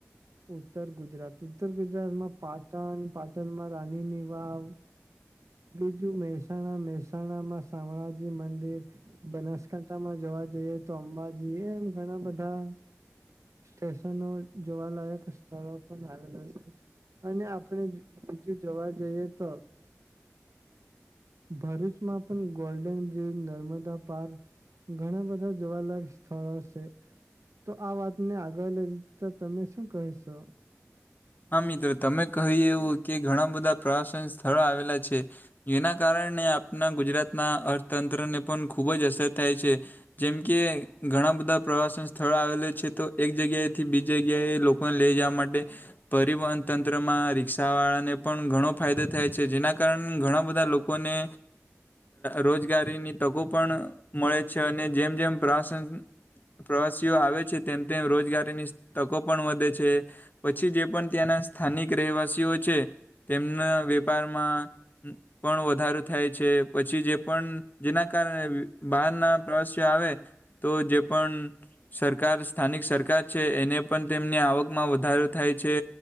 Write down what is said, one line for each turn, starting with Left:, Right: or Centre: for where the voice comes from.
Right: ઉત્તર ગુજરાત ઉત્તર ગુજરાતમાં પાટણ પાટણમાં રાણીની વાવ બીજું મહેસાણા મહેસાણા માં શામળાજી મંદિર બનાસકાંઠામાં જોવા જઈએ તો અંબાજીએ એમ ઘણા બધા સ્ટેશનો જોવાલાયક સ્થળો પણ આવેલા છે. અને આપણે બીજું જોવા જઈએ તો ભરૂચમાં પણ ગોલ્ડન બ્રિજ નર્મદા પાર્ક ઘણા બધા જોવાલાયક સ્થળો છે. તો આ વાતને આગળ લઈ જતા તમે શું કહેશો?
Left: હા મિત્રો તમે કહી એવું કે ઘણા બધા પ્રવાસન સ્થળો આવેલા છે. જેના કારણે આપણા ગુજરાતના અર્થતંત્રને પણ ખૂબ જ અસર થાય છે. જેમ કે ઘણા બધા પ્રવાસન સ્થળો આવેલા છે તો એક જગ્યાએથી બીજી જગ્યાએ લોકો લઈ જવા માટે <unintelligible> પરિવહન તંત્રમાં રિક્ષાવાળાને પણ ઘણો ફાયદો થાય છે જેના કારણે ઘણા બધા લોકો લોકો ને રોજગારીની તકો પણ મળે છે અને જેમ જેમ પ્રવાસન પ્રવાસીઓ આવે છે તેમ તેમ રોજગારીની તકો પણ વધે છે પછી જે પણ ત્યાંના સ્થાનિક રહેવાસીઓ છે તેમના વેપારમાં પણ વધારો થાય છે પછી જે પણ જેના કારણે બહારના પ્રવાસીઓ આવે તો જે પણ સરકાર સ્થાનિક સરકાર છે એને પણ તેમની આવકમાં વધારો થાય છે.